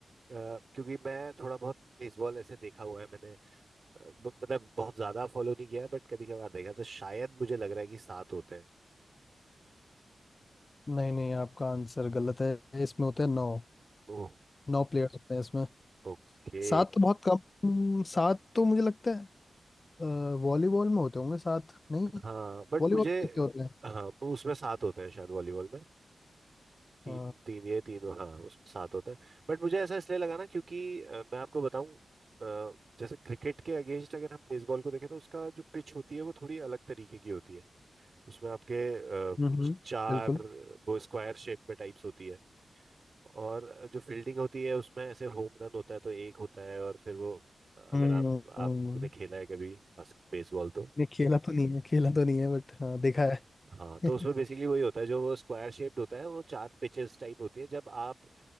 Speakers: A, on the right; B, on the left.
A: क्योंकि मैं थोड़ा बहुत बेसबॉल ऐसे देखा हुआ है मैंने अ, ब- मतलब बहुत ज्यादा फॉलो नहीं किया बट कभी कभार देखा तो शायद मुझे लग रहा है कि सात होते हैं
B: नहीं नहीं आपका आंसर गलत है इसमें होते हैं नौ
A: ओह
B: नौ प्लेयर्स होते हैं इसमें
A: ओके
B: सात तो बहुत कम हम्म, सात तो मुझे लगता है अ, वॉलीबॉल में होते होंगे सात नहीं
A: हाँ बट
B: वॉलीबॉल
A: मुझे
B: में कितने होते हैं
A: हाँ उसमें सात होते हैं शायद वॉलीबॉल में तीन
B: अ,
A: तीन ये तीन हाँ उसमें सात होता है बट मुझे ऐसा इसलिए लगा ना क्योंकि अ, मैं आपको बताऊं अ, जैसे क्रिकेट के अगेंस्ट अगर हम बेसबॉल को देखें तो उसका जो पिच होती है वो थोड़ी अलग तरीके की होती है उसमें आपके अ,
B: हम्म हम्म,
A: च- चार
B: बिल्कुल
A: वो स्क्वायर शेप में टाइप्स होती है और जो फील्डिंग होती है उसमें ऐसे होम रन होता है तो एक होता है और फिर वो अगर
B: हम्म
A: आप आपने
B: हम्म,
A: खेला है कभी बस- बेसबॉल तो
B: नहीं खेला तो नहीं है खेला तो नहीं है बट हाँ देखा है
A: हाँ
B: <laughs>
A: तो उसमें बेसिकली वही होता है जो वो स्क्वायर शेप्ड होता है वो चार पिचेस टाइप होती है जब आप